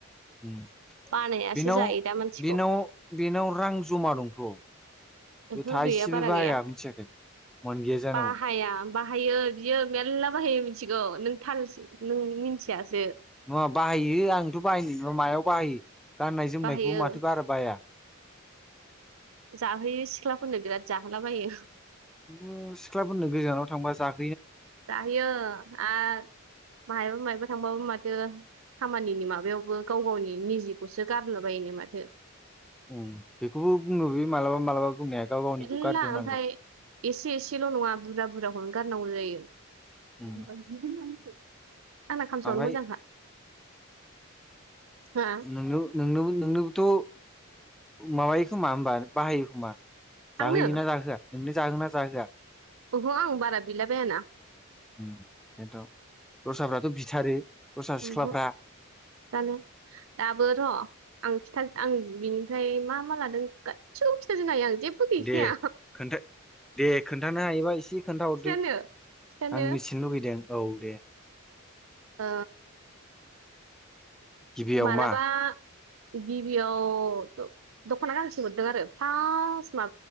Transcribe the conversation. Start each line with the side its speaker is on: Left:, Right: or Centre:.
Centre: उम
Right: बानायासो
Centre: बेनाव
Right: जायो दा मानसिखौ
Centre: बेनाव बेनाव रां जमा दंथ'
Right: ओहो
Centre: बे थाइसेबो
Right: गैया बारा
Centre: बाहाया
Right: गैया
Centre: मिथियाखै मोनगैया जानांगौ
Right: बाहाया बाहायो बियो मेर्ला बाहायो मिथिगौ नों थालसो नों मिथियासो
Centre: नङा बाहायो आंथ' बाहायनाय ना मायाव बाहायो गाननाय जोमनायखौ
Right: बाहायो
Centre: माथो बारा बाया
Right: जाहोयो सिख्लाफोरनो बिराद जाहोलाबायो
Centre: खिन्थु सिख्लाफोरनो गोजानाव थांबा जा
Right: जाहैयो आरो माहबा माहबा थांबाबो मा माथो खामानिनि माबायावबो गाव गावनि निजिखौसो गारला बायो माथो
Centre: उम बेखौबो बुंनो बियो मालाबा मालाबा बुंनाया गाव गावनिखौ
Right: मेरला
Centre: गारग्रोनांगौ
Right: ओमफ्राय एसे एसेल' नङा बुरजा बुरजाखौनो गारनांगौ जायो
Centre: उम
Right: <unintelligible> आंना खामसावानो
Centre: ओमफ्राय
Right: मोजांखा हा
Centre: नोंनो नोंनो नोंनोबोथ' माबायो खोमा होमबा बाहायो खोमा? जाहोयोना
Right: आंनो
Centre: जाहोआ नोंनो जाहोगोना जाहोआ
Right: अह' आं बारा बिलाबायाना
Centre: उम एनथ' दस्राफ्राथ' बिथारो दस्रा
Right: ओमहो
Centre: सिख्लाफ्रा
Right: जानो दाबो र' आं आं बिनिफ्राय मा मा लादों गासिबो खिथाजोबनो हायो आं जेबो गैखाया
Centre: दे खोनथ दे खोन्थानो हायोबा एसे खोन्थाहरदो
Right: खिथानो खिथानो
Centre: आं मिथिनो लुबैदों औ दे
Right: ओ
Centre: गिबियाव
Right: मालाबा
Centre: मा
Right: गिबियाव दख'ना गांसे हरदों आरो फास